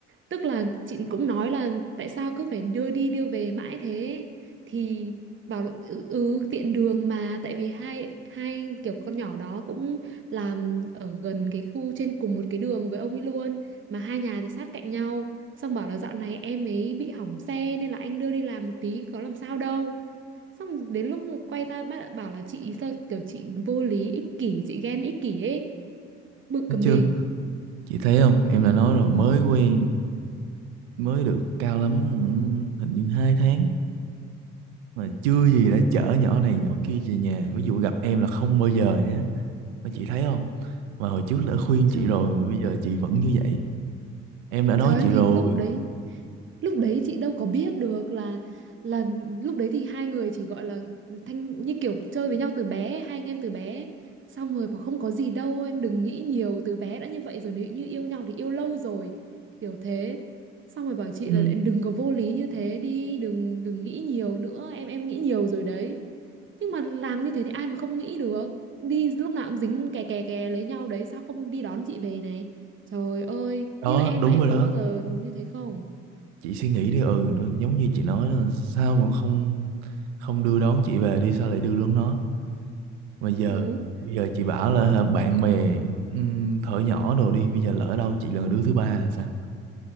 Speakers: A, on the right; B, on the right.
A: Tức là chị cũng nói là Tại sao cứ phải đưa đi đưa về mãi thế Thì bảo là, ừ, ừ tiện đường mà Tại vì hai hai kiểu con nhỏ đó cũng làm ở gần cái khu trên cùng một cái đường với ông ấy luôn Mà hai nhà thì sát cạnh nhau Xong bảo là dạo này em ấy bị hỏng xe Nên là anh đưa đi làm một tí có làm sao đâu xong đến lúc quay ra bác bảo là chị sao kiểu chị vô lý ích kỷ chị ghen ích kỷ ấy bực
B: thấy
A: cả mình
B: chưa chị thấy không em đã nói rồi mới quen mới được cao lắm ừ, hình như hai tháng mà chưa gì đã chở nhỏ này nhỏ kia về nhà ví dụ gặp em là không bao giờ nhé mà chị thấy không mà hồi trước đã khuyên
A: trời
B: chị rồi mà bây giờ chị vẫn như vậy em đã nói
A: trời ơi,
B: chị
A: thì
B: rồi
A: lúc đấy lúc đấy chị đâu có biết được là là lúc đấy thì hai người chỉ gọi là thanh như kiểu chơi với nhau từ bé hai anh em từ bé xong rồi bảo không có gì đâu em đừng nghĩ nhiều từ bé đã như vậy rồi nếu như yêu nhau thì yêu lâu rồi kiểu thế xong rồi bảo chị
B: ừ.
A: là đừng có vô lý như thế đi đừng đừng nghĩ nhiều nữa em em nghĩ nhiều rồi đấy nhưng mà làm như thế thì ai mà không nghĩ được đi lúc nào cũng dính kè kè kè lấy nhau đấy sao không đi đón chị về này trời ơi
B: đó
A: như là em
B: đúng
A: là em
B: rồi
A: có
B: đó
A: bao giờ như thế không
B: chị suy nghĩ đi ừ ừ, giống như chị nói là sao mà không không đưa đón chị về đi sao lại đưa đón nó mà giờ
A: ừ
B: bây giờ chị bảo là hả, bạn bè um, thở nhỏ đồ đi bây giờ lỡ đâu chị là đứa thứ ba là sao